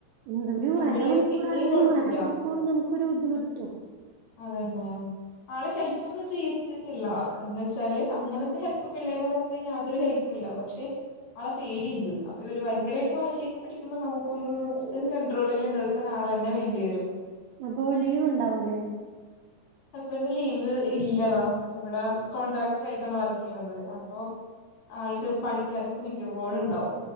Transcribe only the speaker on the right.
എന്തൊരു
അരമണിക്കൂറാണെങ്കിലും
അരമണിക്കൂർ നമുക്കൊരു ഇത് കിട്ടും
അപ്പൊ ലീവ്ണ്ടാവൂലേ